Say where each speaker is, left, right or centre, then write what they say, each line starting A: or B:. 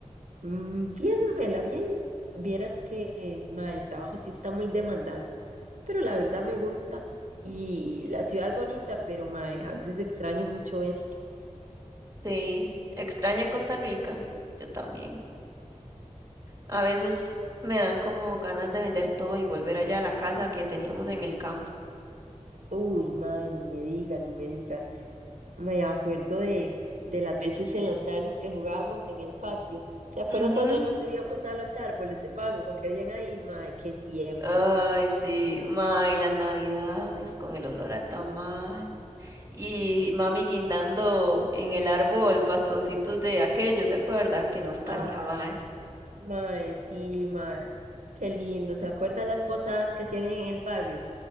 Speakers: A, on the right; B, on the right.
A: Mm, Bien, Mela, bien. Vieras que eh, ma, el trabajo sí está muy demandante, pero la verdad me gusta. Y la ciudad es bonita, pero ma, a veces extraño mucho esto.
B: Sí, extraña Costa Rica, yo también. A veces me dan como ganas de vender todo y volver allá a la casa que teníamos en el campo.
A: Uy, ma, ni me diga, ni me diga. Me acuerdo de, de las veces en las tardes que jugábamos en el patio. ¿Se acuerda
B: Ujú.
A: cuando nos subíamos a los árboles de mango que habían ahí, ma? Qué tiempos.
B: Ay, sí, ma, y las navidades con el olor a tamal. Y mami guindando en el árbol bastoncitos de aquello, ¿se acuerda? Qué nostalgia,
A: Ay,
B: mae.
A: ma, sí, ma, qué lindo. ¿Se acuerda las posadas que hacían en el barrio?